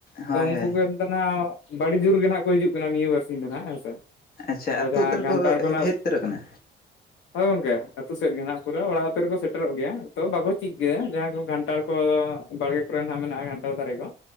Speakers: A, on the left; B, on the left.
A: ᱦᱳᱭ
B: ᱛᱚ ᱩᱱᱠᱩ
A: ᱦᱳᱭ
B: ᱜᱮ ᱵᱟᱹᱰᱤ ᱡᱳᱨ ᱜᱮ ᱱᱟᱦᱟᱜ ᱠᱚ ᱦᱤᱡᱩᱜ ᱠᱟᱱᱟ ᱱᱤᱭᱟᱹ ᱵᱟᱨᱥᱤᱧ ᱫᱚ ᱦᱮᱸᱥᱮ᱾
A: ᱟᱪᱪᱷᱟ
B: ᱛᱚ
A: ᱟᱹᱛᱩ
B: ᱡᱟᱦᱟᱸ
A: ᱩᱛᱟᱹᱨ
B: ᱜᱷᱟᱱᱴᱟᱲ
A: ᱠᱚ
B: ᱱᱟᱜ
A: ᱦᱮᱡ ᱩᱛᱟᱹᱨᱚ ᱠᱟᱱᱟ᱾
B: ᱦᱳᱭ ᱜᱚᱢᱠᱮ, ᱟᱹᱛᱩ ᱥᱮᱫ ᱨᱮᱜᱮ ᱱᱟᱦᱜ ᱯᱩᱨᱟᱹ ᱚᱲᱟᱜ ᱟᱹᱛᱩ ᱨᱮᱠᱚ ᱥᱮᱴᱮᱨᱚᱜ ᱜᱮᱭᱟ ᱛᱚ ᱵᱟᱠᱚ ᱪᱤᱠᱟᱹ ᱜᱮᱭᱟ ᱡᱟᱦᱟᱸ ᱠᱚ ᱜᱷᱟᱱᱴᱷᱟᱲ ᱠᱚᱫᱚ ᱵᱟᱲᱜᱮ ᱠᱚᱨᱮ ᱱᱟᱦᱟᱜ ᱢᱮᱱᱟᱜ-ᱟ ᱜᱷᱟᱱᱴᱟᱲᱲ ᱫᱟᱨᱮ ᱠᱚ